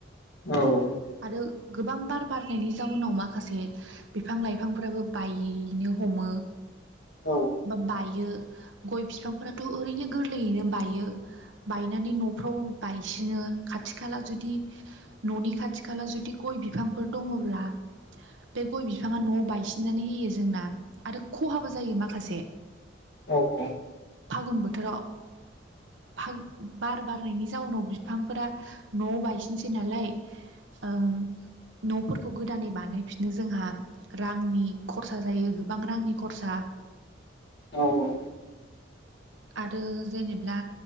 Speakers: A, on the left; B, on the right.
A: औ औ
B: आरो गोबां बार बारनायनि जाउनाव माखासे बिफां लाइफांफोराबो बायनो ह'मो
A: औ
B: बा बायो गय बिफांफोराथ' ओरैनो गोरलैयैनो बायो बायनानै न' फ्राव बायसिनो खाथि खाला जुदि न'नि खाथि खाला जुदि गय बिफांफोर दङ ब्ला बे गय बिफाङा न'आव बायसिननानै होयो जोंना आरो ख'हाबो जायो माखासे
A: औ औ
B: फागुन बोथोराव बार बार नायनि जाउनाव बिफांफोरा न'आव बायसिनसै नालाय ओम न'फोरखौ गोदानै बानायफिनो जोंहा रांनि खरसा जायो गोबां रांनि खरसा <inaudible>
A: औ औ
B: आरो जेनेब्ला